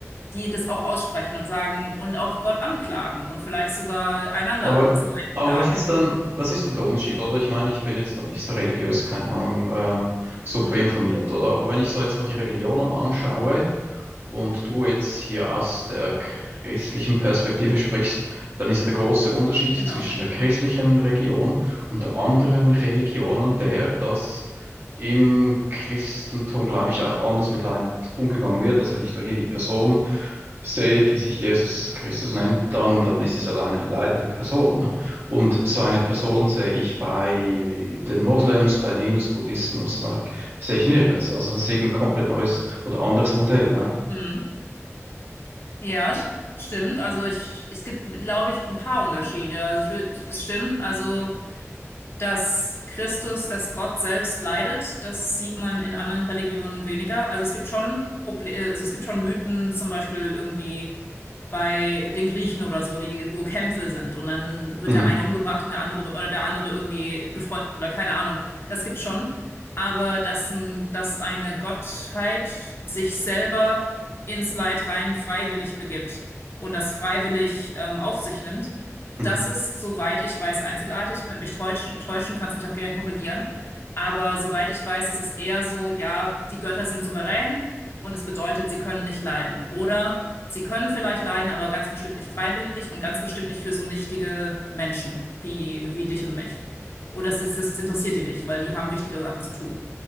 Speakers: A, on the left; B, on the right.
A: die das auch aussprechen und sagen und auch Gott anklagen und vielleicht sogar einander
B: Aber,
A: das Leid
B: aber
A: klagen.
B: was ist dann, was ist dann der Unterschied, oder? Ich meine, ich bin jetzt da nicht so religiös, keine Ahnung, ähm, super
A: Mhm,
B: informiert, oder? Aber wenn ich so jetzt mal die Religionen anschaue, und du jetzt hier aus der christlichen Perspektive sprichst, dann ist ja der große Unterschied zwischen
A: genau.
B: der christlichen Religion und der anderen Religionen der, dass im Christentum, glaube ich, auch anders mit Leid umgegangen wird. Also wenn ich da hier die Person sehe, die sich Jesus Christus nennt, dann, dann ist es ja eine leidende Person. Ne? Und so eine Person sehe ich bei den Moslems, bei den Hindus, Buddhisten, was das auch, sehe ich nirgends. Also das ist irgendein komplett neues oder anderes Modell. Ne?
A: Mhm. Ja, st- stimmt. Also ich, es gibt, glaube ich, ein paar Unterschiede. Also ich würde, das stimmt. Also dass Christus, dass Gott selbst leidet, das sieht man in anderen Religionen weniger. Also es gibt schon Proble äh, also es gibt schon Mythen, zum Beispiel irgendwie bei den Griechen oder so, die, wo Kämpfe sind und dann wird
B: Mhm.
A: der eine umgebracht und der andere oder der andere irgendwie gefoltert oder keine Ahnung. Das gibt's schon. Aber dass, ein, dass eine Gottheit sich selber ins Leid rein freiwillig begibt und das freiwillig ähm, auf sich nimmt,
B: Mhm.
A: das ist, soweit ich weiß, einzigartig. Ich könnte mich täuschen, täuschen, kannst mich auch gern korrigieren. Aber soweit ich weiß, ist es eher so, ja, die Götter sind souverän und es bedeutet, sie können nicht leiden. Oder Sie können vielleicht leiden, aber ganz bestimmt nicht freiwillig und ganz bestimmt nicht für so nichtige Menschen wie, wie dich und mich. Oder das, ist, das interessiert die nicht, weil die haben wichtige Sachen zu tun.